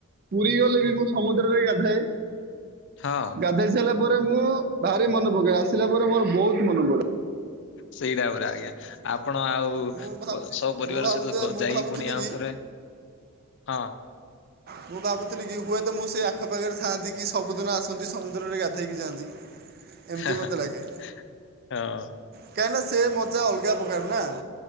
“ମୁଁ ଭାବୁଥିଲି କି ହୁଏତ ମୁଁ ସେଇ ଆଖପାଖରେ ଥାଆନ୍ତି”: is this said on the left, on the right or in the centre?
Right